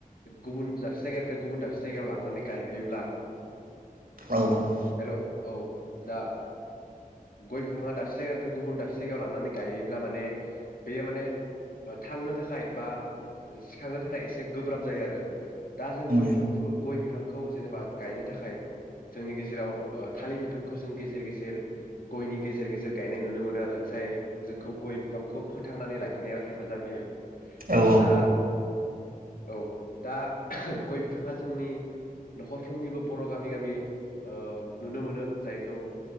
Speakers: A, on the left (about 75°); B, on the right (about 85°).
A: गुबुन दाबसे जायगानिफ्राय गुबुन दाबसे जायगायाव लांनानै गायहैयोब्ला
B: औ
A: हेलौ औ दा गय बिफाङा दाबसे जायगानिफ्राय गुबुन दाबसे जायगायाव लांनानै गायहैयोब्ला ब्ला माने बेयो माने थांनो थाखाय बा सिखांनो थाखाय एसे गोब्राब जायो आरो दा जों
B: औ
A: गय बिफां गय बिफांखौ जेनेबा गायनो थाखाय जोंनि गेजेराव थालिर बिफांखौ जों गेजेर गेजेर गयनि गेजेर गेजेर गायनाय नुनो मोनो आरो जाय जोंखौ गय बिफांखौ फोथांनानै लाखिनायाव हेफाजाब होयो।
B: औ
A: दा औ दा गय बिफाङा जोंनि नखरफ्रोमनिबो बर गामि-गामि ओ नुनो मोनो जायखौ